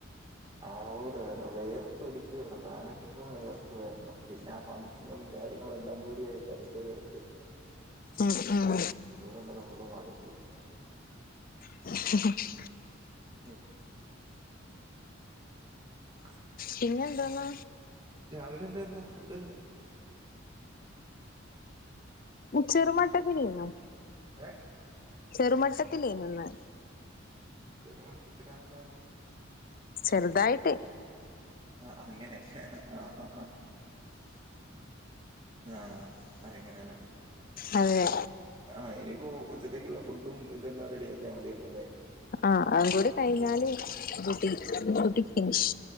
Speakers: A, on the right; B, on the left.
A: ആഹ് വേയർത്ത് ഒലിക്കായിരുന്നു ഫാന ഇട്ടിട്ട് വേർക്കുവായിരുന്നു പിന്നെ ഫംഗ്ഷനും കാര്യങ്ങളും എല്ലാം കൂടിയായിട്ട് അയ്ന്റെ തരക്ക്
B: ഉം ഉം
A: വെള്ളം നല്ല വെള്ളവും അടുത്തു
B: <unintelligible>
A: ഉംഹ് <unintelligible>
B: പിന്നന്തോന്നോ
A: രാവിലെന്തായിരുന്നു ഫുഡ്
B: ചെറുമട്ടത്തിലേനു
A: ഏ
B: ചെറുമട്ടത്തിലേ നുന്ന്
A: ചെറുമട്ടത്തിലാ അഹ്‌ ന്താ
B: ചെറുതായിട്ട്
A: ആഹ് അങ്ങനെ ആഹ് ആഹ് ആഹ് അയങ്ങനെണ്
B: അതെ
A: ആഹ് ഇനിയിപ്പോ ഉച്ചത്തേക്കുള്ള ഫുഡും ഇതെല്ലാം റെഡിയാക്കിയാ മതിയല്ലോല്ലെ
B: ആഹ് അഹ്കൂടി കയിഞ്ഞാല് ഡൂട്ടി ഡൂട്ടി ഫിനിഷ്